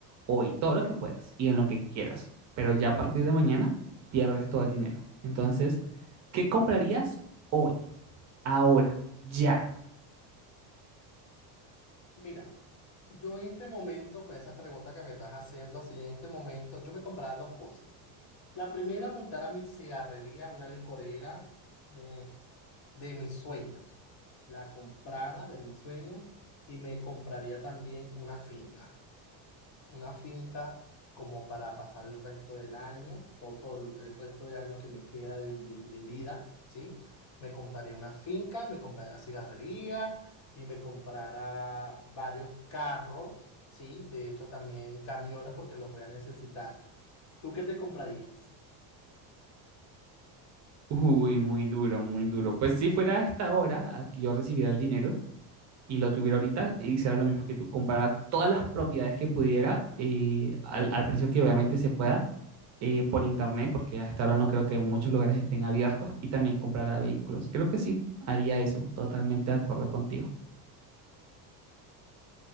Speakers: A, on the right; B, on the left.
A: hoy, todo lo que puedas y en lo que quieras. Pero ya a partir de mañana pierdes todo el dinero. Entonces, ¿qué comprarías hoy, ahora, ya?
B: Mira, yo en este momento, con esa pregunta que me estás haciendo, si en este momento yo me compraba dos cosas. La primera, montar a mi cigarrería, una licorera, mm, de mis sueños. La comprara de mis sueños y me compraría también una finca. una finca como para pasar el resto del año, todo, todo el resto del año que me queda de, de- de vida, ¿sí? Me compraré una finca y me compraré una cigarrería y me comprará varios carros, ¿sí? De hecho, también camiones porque los voy a necesitar. ¿Tú qué te comprarías?
A: Uy, muy duro, muy duro. Pues si fuera a esta hora a que yo recibiera el dinero y lo tuviera ahorita, hiciera lo mismo que tú, comprara todas las propiedades que pudiera eh, al, al precio que obviamente se pueda eh, por internet, porque hasta ahora no creo que muchos lugares estén abiertos, y también comprara vehículos. Creo que sí, haría eso, totalmente de acuerdo contigo.